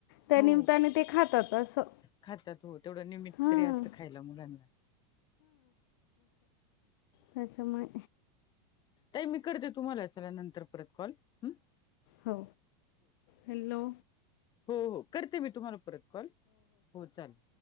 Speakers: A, on the left (about 65°); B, on the left (about 35°).
A: त्या
B: हो
A: निम्ताने ते खातात असं.
B: खातात होय. तेवढं निमित्त
A: हां
B: तरी असत खायला मुलांना.
A: त्यांच्यामुळे
B: ताई मी करते तुम्हाला चला नंतर परत कॉल हम.
A: हो हॅलो.
B: हो हो करते मी तुम्हाला परत कॉल हो चालेल.